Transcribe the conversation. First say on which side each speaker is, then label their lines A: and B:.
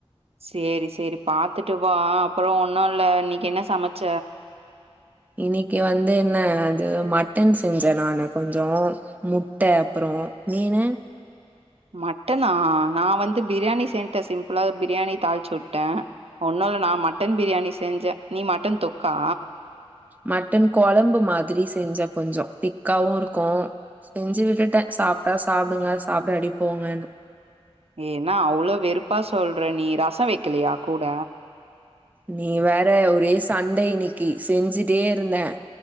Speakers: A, on the right; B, on the right.
A: சேரி சேரி பாத்துட்டு வா அப்றோ ஒன்னு இல்ல இன்னைக்கி என்ன சமச்ச
B: இன்னைக்கு வந்து என்ன அது மட்டன் செஞ்சே நானு கொஞ்சோ முட்ட அப்றோ மீனு
A: மட்டனா நா வந்து பிரியாணி சென்டே சிம்பிளா பிரியாணி தாளிச்சுட்டே ஒன்னுல்ல நா மட்டன் பிரியாணி செஞ்சேன் நீ மட்டன் தொக்கா
B: மட்டன் குழம்பு மாதிரி செஞ்சே கொஞ்சோ திக்காவு இருக்கு செஞ்சு விட்டுட்டே சாப்ட்டா சாப்டுங்க சாப்டாட்டி போங்கன்னு
A: ஏ என்ன அவ்ளோ வெறுப்பா சொல்ற நீ ரசோ வைக்கலையா கூட
B: நீ வேற ஒரே சண்ட இன்னிக்கி செஞ்சுட்டே இருந்தே